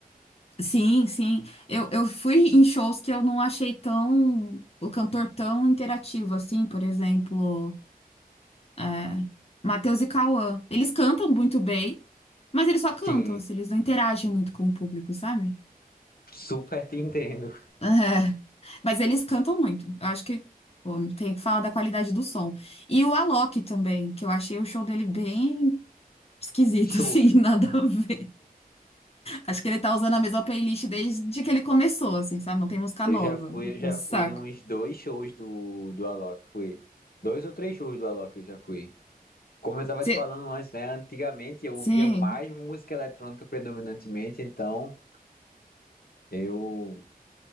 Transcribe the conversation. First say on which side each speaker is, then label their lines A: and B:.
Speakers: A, on the left; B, on the left.
A: Sim, sim. Eu, eu fui em shows que eu não achei tão, o cantor tão interativo, assim, por exemplo. É, Matheus e Cauã. Eles cantam muito bem, mas eles só cantam,
B: Sim,
A: assim, eles não interagem muito com o público, sabe? <laughs>
B: super te entendo.
A: É, Mas eles cantam muito. Eu acho que pô, tem que falar da qualidade do som. E o Alok também, que eu achei o show dele bem esquisito,
B: Xoxo.
A: <laughs> assim, nada
B: <laughs>
A: a ver. Acho que ele tá usando a mesma playlist desde que ele começou, assim, sabe? Não tem música nova.
B: Eu já fui, eu
A: É
B: já
A: um saco.
B: fui nos dois shows do, do Alok. Fui. Dois ou três shows do Alok eu já fui. Como eu tava
A: Cê-
B: te falando antes, né? Antigamente eu
A: Sim.
B: ouvia mais música eletrônica predominantemente, então eu